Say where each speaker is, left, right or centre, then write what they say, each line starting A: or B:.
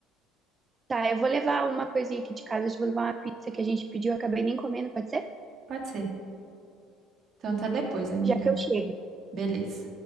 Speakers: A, on the right; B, on the right.
A: Tá, eu vou levar uma coisinha aqui de casa, acho que eu vou levar uma pizza que a gente pediu, eu acabei nem comendo, pode ser?
B: Pode ser. Então até depois, amiga.
A: Já que eu chego.
B: Beleza.